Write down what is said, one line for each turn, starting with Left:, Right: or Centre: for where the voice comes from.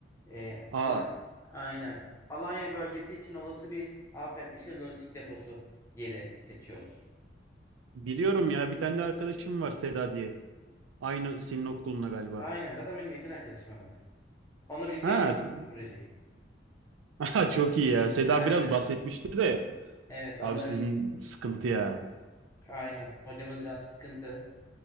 Left: Ee,
Right: Aa,
Left: Alan Aynen. Alanya bölgesi için olası bir afet dışı lojistik deposu yeri seçiyoruz.
Right: biliyorum ya bir tane de arkadaşım var Seda diye. Aynı senin okulunda galiba.
Left: Aynen zaten benim yakın arkadaşım da. Onunla birlikte
Right: Ha,
Left: yapıyoruz
Right: s-
Left: bu projeyi.
Right: <laughs> aha, çok iyi ya. Seda
Left: Aynen.
Right: biraz bahsetmişti de
Left: Evet onunla
Right: abi sizin
Left: birlikte.
Right: sıkıntı ya.
Left: Aynen. Hocamız biraz sıkıntı.